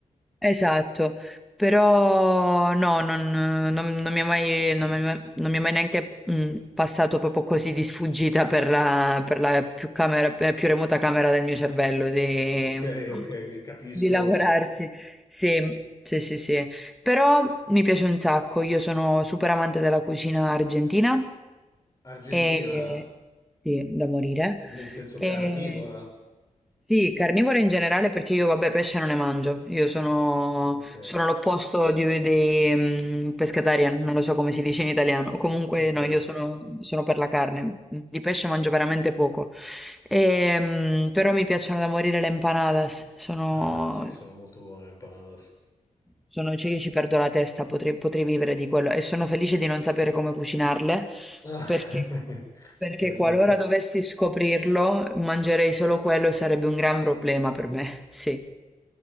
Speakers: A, in the centre; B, on the left.
A: Esatto, però no, non, non- non mi è mai, non mi è mai, non mi è mai neanche mh, passato proprio così di sfuggita per la, per la più camera- per la più remota camera del mio cervello di,
B: Ok,
A: mhmm,
B: ok, che capisco.
A: di lavorarci. Sì, sì, sì, sì. Però mi piace un sacco, io sono super amante della cucina argentina.
B: Argentina?
A: E, sì, da morire.
B: Nel senso
A: E,
B: carnivora?
A: sì, carnivore in generale perché io, vabbè, pesce non ne mangio. Io sono,
B: Ok,
A: sono l'opposto di- dei mm, pescatarian, non lo so come si dice in italiano. Comunque,
B: ok.
A: no, io sono, sono per la carne. Di pesce mangio veramente poco. E, mm, però mi piacciono da morire le empanadas. Sono
B: Ah, sì, sono molto buone le empanadas.
A: sono cioè io ci perdo la testa, potrei, potrei vivere di quello e sono felice di non sapere come cucinarle
B: Ah,
A: perché,
B: <laughs>
A: perché
B: ti capisco.
A: qualora dovessi scoprirlo mangerei solo quello e sarebbe un gran problema per me. Sì,